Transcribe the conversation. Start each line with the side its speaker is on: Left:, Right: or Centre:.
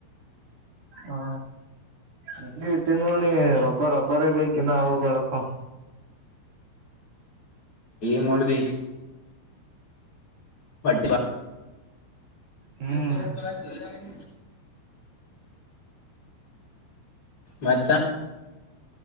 Right: ಹಾ ಇ ಇಟ್ಟ ನೋಡಿ ರಬ್ಬರ್ ರಬ್ಬರೇ ಬೇಕಿನ್ನ ಅವ ಬೇಡಪ್ಪ
Left: ಏ ಮಾಡದ ಬಟ್ಟ
Right: ಹ್ಮ್
Left: ಈ ಸ ಚಲ್ಲ ಮತ್ತ